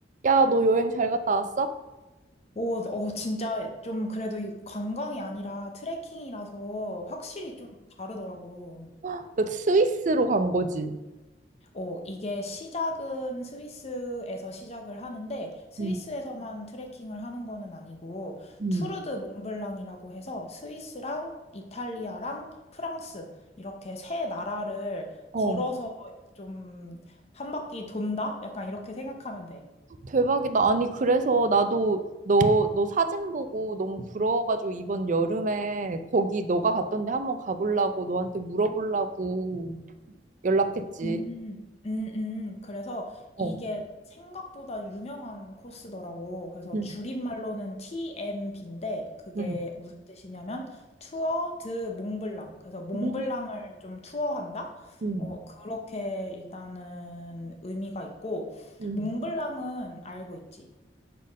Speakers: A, on the right (about 45°); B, on the left (about 35°).
A: 야, 너 여행 잘 갔다 왔어?
B: 오, 어, 진짜 좀 그래도 이 관광이 아니라 트레킹이라서 확실히 좀 다르더라고.
A: 헉, 너 스위스로 간 거지?
B: 어, 이게 시작은 스위스에서 시작을 하는데 스위스에서만
A: 응
B: 트레킹을 하는 거는 아니고
A: 응
B: 투르드 몽블랑이라고 해서 스위스랑 이탈리아랑 프랑스 이렇게 세 나라를
A: 어.
B: 걸어서 좀 한 바퀴 돈다? 약간 이렇게 생각하면 돼.
A: 대박이다. 아니, 그래서 나도 너, 너 사진 보고 너무 부러워가지고 이번 여름에 거기 너가 갔던 데 한번 가보려고 너한테 물어보려고 연락했지.
B: 음, 음, 음. 그래서
A: 어.
B: 이게 생각보다 유명한 코스더라고. 그래서
A: 응
B: 줄임말로는 TMB인데 그게
A: 응
B: 무슨 뜻이냐면 투어 드 몽블랑. 그래서 몽블랑을
A: 응 응,
B: 좀 투어한다?
A: 응.
B: 어, 그렇게 일단은 의미가 있고
A: 응.
B: 몽블랑은 알고 있지.